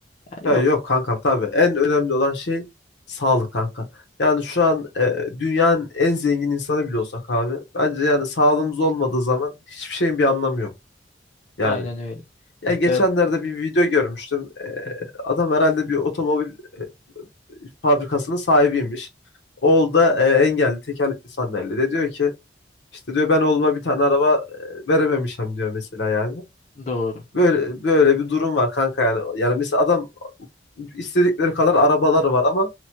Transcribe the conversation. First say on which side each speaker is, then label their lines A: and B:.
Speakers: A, on the left; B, on the left.
A: Yani
B: Ya
A: yok.
B: yok kankam tabii. En önemli olan şey sağlık kanka. Yani şu an e, dünyanın en zengin insanı bile olsak abi. Bence yani sağlığımız olmadığı zaman hiçbir şeyin bir anlamı yok. Yani
A: Aynen öyle.
B: ya geçenlerde
A: E, hı
B: bir video görmüştüm. E,
A: hı,
B: adam herhalde bir otomobil e, fabrikasının sahibiymiş. Oğul da e, engelli tekerlekli sandalyede. Diyor ki işte diyor ben oğluma bir tane araba e, verememişim diyor mesela yani.
A: doğru.
B: Böyle böyle bir durum var kanka yani. Yani mesela adam istedikleri kadar arabalar var ama